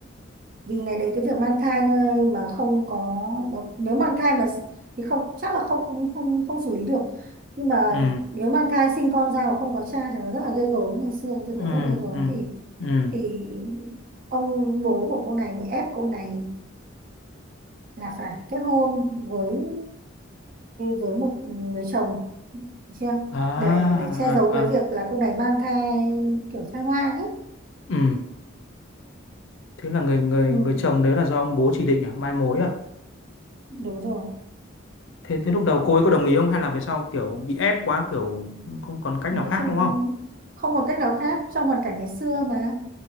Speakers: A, on the right (about 40°); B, on the left (about 65°).
A: vì ngày đấy cái việc mang thai mà không có mà nếu mang thai mà thì không chắc là không không không, không xử lý được nhưng mà
B: Ừ,
A: nếu mang thai sinh con ra mà không có cha thì nó rất là ghê gớm ngày xưa cái
B: ừ,
A: việc đấy rất là ghê gớm
B: ừ,
A: thì
B: ừ.
A: thì ông bố của cô này mới ép cô này là phải kết hôn với với một người chồng Được chưa
B: À,
A: để để che giấu
B: à,
A: cái
B: à.
A: việc là cô này mang thai kiểu thai hoang ấy
B: Ừ. Thế là người người
A: ừ,
B: người chồng đấy là do ông bố chỉ định à, mai mối à?
A: đúng rồi
B: Thế thế lúc đầu cô ấy có đồng ý không hay là về sau kiểu bị ép quá kiểu không còn cách
A: nói
B: nào khác
A: chung
B: đúng không?
A: không còn cách nào khác trong hoàn cảnh ngày xưa mà